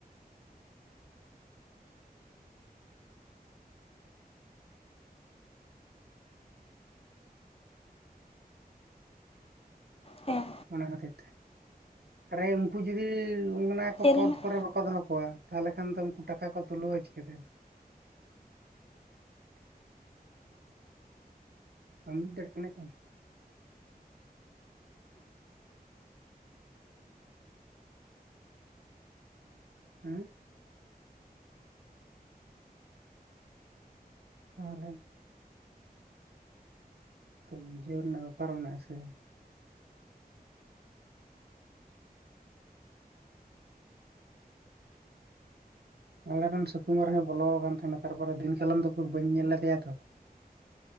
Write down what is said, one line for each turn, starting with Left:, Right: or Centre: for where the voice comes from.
Left: ᱦᱮᱸ
Right: ᱚᱱᱟ ᱠᱷᱟᱹᱛᱤᱨ ᱛᱮ ᱟᱨᱮ ᱩᱱᱠᱩ ᱡᱩᱫᱤ ᱚᱱᱟ ᱠᱚ
Left: ᱪᱮᱫ
Right: ᱯᱚᱫ
Left: ᱨᱮᱱᱟᱜ
Right: ᱠᱚᱨᱮ ᱵᱟᱠᱚ ᱫᱚᱦᱚ ᱠᱚᱣᱟ ᱛᱟᱞᱦᱮ ᱠᱷᱟᱱ ᱫᱚ ᱩᱱᱠᱩ ᱴᱟᱠᱟ ᱠᱚ ᱛᱩᱞᱟᱹᱣ ᱪᱤᱠᱟᱹ ᱛᱮ? ᱵᱟᱹᱧ ᱵᱩᱡ ᱫᱟᱲᱮᱭᱟᱜ ᱠᱟᱱᱟ ᱠᱤ ᱦᱩᱸ ᱛᱟᱦᱚᱞᱮ ᱛᱚ ᱵᱩᱡᱷᱟᱣ ᱨᱮᱱᱟᱜ ᱵᱮᱯᱟᱨ ᱨᱮᱱᱟᱜ ᱵᱮᱯᱟᱨ ᱢᱮᱱᱟᱜ ᱟ ᱥᱮ ᱟᱞᱮ ᱨᱮᱱ ᱥᱩᱠᱩᱢᱟᱨ ᱦᱚᱸᱭ ᱵᱚᱞᱚᱣᱟ ᱟᱠᱟᱱ ᱛᱟᱦᱮᱸᱱᱟ ᱛᱟᱨᱯᱚᱨᱮ ᱫᱤᱱ ᱠᱟᱞᱚᱢ ᱫᱚ ᱩᱠᱩᱨ ᱵᱟᱹᱧ ᱧᱮᱞ ᱞᱮᱫᱮᱭᱟ ᱛᱚ᱾